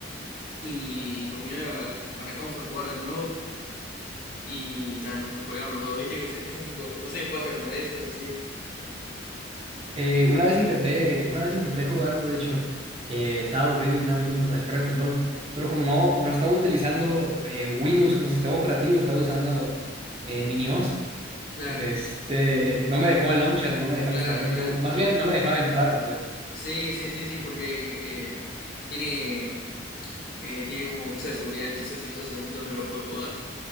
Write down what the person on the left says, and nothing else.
y con mi novia arrancamos a jugar de nuevo y ta, nos, nos colgamos los dos, ¿viste? Que ese, ese tipo de, ju- no sé, si ¿jugaste alguna vez? O Sí,
claro,
claro,
claro.
Sí, sí, sí, sí, porque eh, tiene... Eh, tiene como cosa de seguridad, entonces si no se hace en Windows no lo puedes jugar.